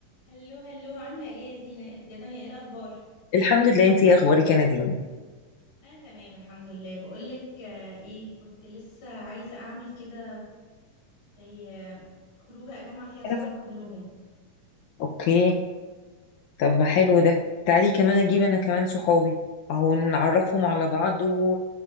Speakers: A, on the left; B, on the left.
A: هلو هلو عاملة ايه يا دينا إيه- يا دنيا ايه الأخبار؟
B: الحمد لله انتي ايه اخبارك يا نادين
A: أنا تمام الحمد لله بقولك آه، ايه كنت لسه عايزة أعمل كده زي آه، خروجة أجمع فيها أصحابي
B: أنا
A: كلهم
B: اوكي طب ما حلو ده تعالي كمان اجيب انا كمان صحابي اهو نعرفهم على بعض و...